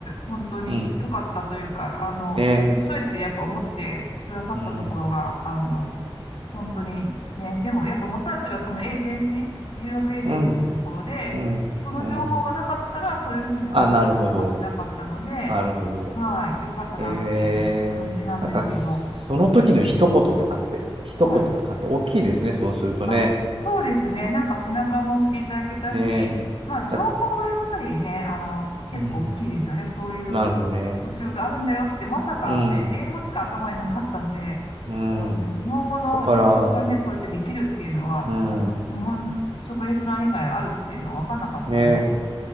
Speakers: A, on the left; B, on the right.
A: 本当に良かったというか、
B: うん。
A: あの、
B: ね
A: 面白いってやっぱ思ってくださったところが、
B: うん。
A: あの、本当にね、でもやっぱ元はといえばそのエージェンシー、留学エージェンシーのところで、
B: うん。うん。
A: その情報がなかったら、
B: うん。
A: そういうふうにレベルにまってなかったので、
B: あ、なるほど。なるほど。
A: はい、良かったなっていう感じなんですけど、
B: へえ。なんか、その時の一言とかって、一言とかって大きいですね。
A: はい。
B: そうするとね。
A: あ、そうですね。なんか背中も押していただけたし、
B: ねえ。
A: まあ情報がやっぱりね、
B: だ
A: あの、結構大きいですよね。
B: うん。
A: そういう
B: なるほどね。
A: 募集があるんだよって、まさかね、
B: うん。
A: 英語しか頭になかったんで、
B: うん。
A: まあの、日本語の仕事がね、
B: だから、
A: そうやってできるっていうのは、
B: うん。
A: なんか日本食レストラン以外あるっていうのは分かんなかったんで、
B: ね